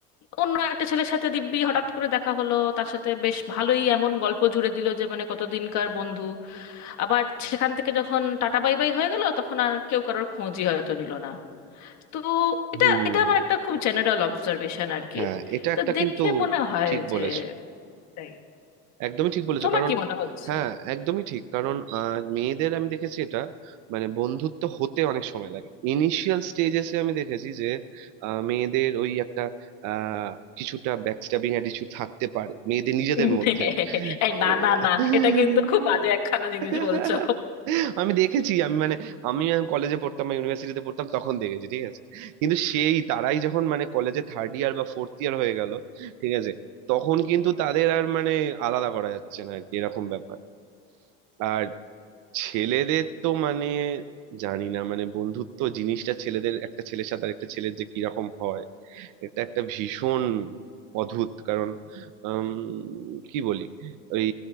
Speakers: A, on the left; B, on the right.
A: অন্য একটা ছেলের সাথে দিব্যি হঠাৎ করে দেখা হলো তার সাথে বেশ ভালোই এমন গল্প জুড়ে দিল যে মানে কতদিনকার বন্ধু আবার সেখান থেকে যখন টাটা বাই বাই হয়ে গেল তখন আর কেউ কারোর খোঁজই হয়তো নিল না তো
B: হুম
A: এটা এটা আমার একটা খুব জেনারেল অবজারভেশন আর কি
B: হ্যাঁ এটা
A: তো
B: একটা
A: দেখে
B: কিন্তু
A: মনে হয়
B: ঠিক
A: যে
B: বলেছো
A: তাই
B: একদমই ঠিক বলেছো
A: তোমার
B: কারণ
A: কি মনে হচ্ছে
B: হ্যাঁ একদমই ঠিক কারণ আহ, মেয়েদের আমি দেখেছি এটা মানে বন্ধুত্ব হতে অনেক সময় লাগে ইনিশিয়াল স্টেজেসে আমি দেখেছি যে আহ, মেয়েদের ওই একটা আহ, কিছুটা ব্যাকস্ট্যাবিং অ্যাটিটিউড থাকতে পারে মেয়েদের নিজেদের
A: <laughs>
B: মধ্যে <laughs>
A: এই না না না এটা
B: এ-
A: কিন্তু খুব বাজে একখানা জিনিস
B: <laughs>
A: বলছো
B: আমি দেখেছি আমি মানে আমি কলেজে পড়তাম বা ইউনিভার্সিটিতে পড়তাম তখন দেখেছি ঠিক আছে কিন্তু সেই তারাই যখন মানে কলেজে থার্ড ইয়ার বা ফোর্থ ইয়ার হয়ে গেল ঠিক আছে তখন কিন্তু তাদের আর মানে আলাদা করা যাচ্ছে না আর কি এরকম ব্যাপার আর ছেলেদের তো মানে জানি না মানে বন্ধুত্ব জিনিসটা ছেলেদের একটা ছেলের সাথে আর একটা ছেলের যে কিরকম হয় এটা একটা ভীষণ অদ্ভুত কারণ আম, কি বলি ওই